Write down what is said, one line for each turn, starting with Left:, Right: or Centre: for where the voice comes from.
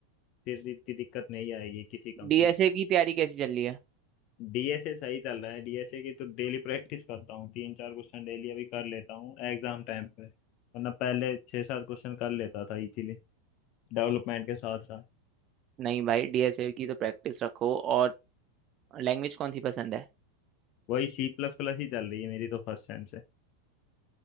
Left: फिर इतनी दिक्कत नहीं आएगी किसी कंपनी
Right: डीएसए
Left: में
Right: की तैयारी कैसी चल रही है
Left: डीएसए सही चल रहा है डीएसए की तो डेली प्रैक्टिस करता हूँ तीन चार क्वेश्चन डेली अभी कर लेता हूँ एग्जाम टाइम पे वरना पहले छः सात क्वेश्चन कर लेता था इसीलिए डेवलपमेंट के साथ साथ
Right: नहीं भाई डीएसए की तो प्रैक्टिस रखो और लैंग्वेज कौन सी पसंद है
Left: वही सी प्लस प्लस ही चल रही है मेरी तो फर्स्ट सेम से